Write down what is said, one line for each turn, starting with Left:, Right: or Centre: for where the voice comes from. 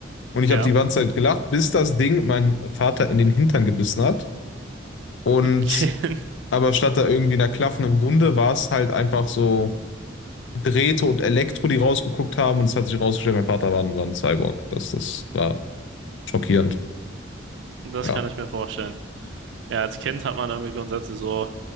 Left: Und
Right: ja.
Left: ich habe die ganze Zeit gelacht, bis das Ding meinen Vater in den Hintern gebissen hat. Und
Right: Okay, <laughs>
Left: aber statt da irgendwie einer klaffenden Wunde war es halt einfach so Drähte und Elektro, die rausgeguckt haben. Und es hat sich rausgestellt, mein Vater war ein, war ein Cyborg. Das, das war schockierend.
Right: das
Left: Ja.
Right: kann ich mir vorstellen. Ja, als Kind hat man irgendwie grundsätzlich so,